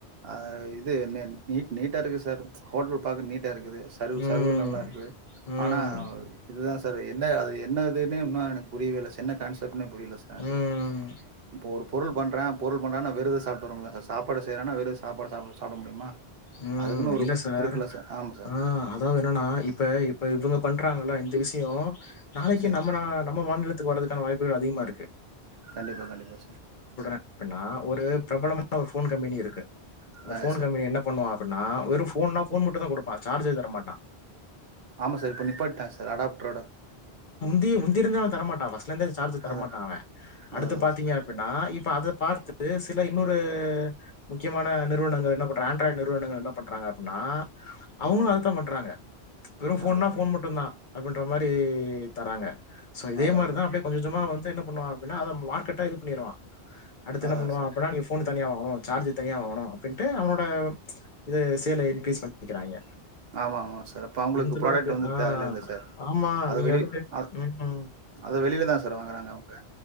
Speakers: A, on the right; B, on the left.
A: அஹ இது என்ன நீட் நீட்டா இருக்கு சார் ஹோட்டல் பாக்க நீட் இருக்குது சருவு
B: ம்
A: சருவு நல்லா இருக்குது
B: ம்
A: ஆனா இதுதான் சார் சார் என்ன அது என்னதுன்ன இன்னும் எனக்கு புரியவே இல்லை சார் என்ன கான்செப்ட்னே புரியல எனக்கு
B: ம்
A: இப்ப ஒரு பொருள் பண்றேன் பொருள் பண்றான வெருது சாப்பிட்டு வ சாப்பாடு செய்றதுனா வெறும் சாப்பாடா சாப்ப சாப்புட முடியுமா
B: உம்
A: அதுக்குன்னு ஒரு
B: இல்ல சார்
A: இருக்குல்ல ஆமா சார்
B: ஆஹ் அதாவது என்னன்னா இப்ப இப்ப இவங்க பண்றாங்கள இந்த விஷய ஹலோ நாளைக்கு
A: சரிங்க
B: நம்ம
A: சார்
B: நம் மாநிலத்துக்கு வரதுக்கான வாய்ப்புகள் அதிகமா இருக்கு ஓகே
A: கண்டிப்பா கண்டிப்பா சார்
B: அபன்னா ஒரு பிரபலமான ஒரு போன் கம்பெனி இருக்கு அந்த
A: ஆ
B: போன்
A: எஸ் சார்
B: கம்பெனி என்ன ஆ அப்பன்னா வெறு ஃபோன்தா ஃபோன் மட்டு தா குடுப்பா சார்ஜர் தர மாட்டா
A: ஆமா சார் இப்ப நிப்பாட்டாங்க சார் அடாப்டரோட
B: உந்திருந்தவ தரமாட்டா வஸ் லந்தே சார்ஜர் தர
A: அதா
B: மாட்டா அவே அடுத்து
A: அதா அதா
B: பாத்தீங்க
A: சார்
B: அப்படின்னா இப்ப அத பார்த்து சில இன்னொரு முக்கியமான நிறுவனங்கள் என்ன பண்றாங்க ட்ர நிறுவனங்கள் என்ன பண்றாங்க அப்டின்னா அவுங்களு
A: அதா
B: அததா பண்றாங்க வெறு ஃபோன்னா
A: அதா அதா
B: ஃபோன் மட்டு தா அப்பின்ற மாரி தராங்க சோ இதே
A: அதா
B: மாரி
A: அதா
B: தா அப்டியே கொஞ்ச கொஞ்சமா வந்து என்னபண்ணுவா அப்டின்னா அவ மார்க்கெட்டே இது பண்ணிருவா அடுத்து
A: அதா
B: என்ன பண்ணுவா
A: சார்
B: அப்பனா நீ ஃபோன் தனியா வாங்கணு சார்ஜர் தனியா வாங்கனு அப்படின்ட்டு அவனோட இத சேல இன்கிரீஸ் பண்ணிக்கிறாங்க
A: ஆமா ஆமா சார் அப்ப அவங்களுக்கு
B: எந்த அளவுக்கு
A: ப்ராடக்ட் வந்து
B: ஆ
A: தேவையில்ல இல்ல சார்
B: ஆமா
A: அத
B: நீங்க
A: வெளி
B: வந்து
A: அ
B: உ உ
A: அத வெளில தா சார் வாங்குறாங்க அவ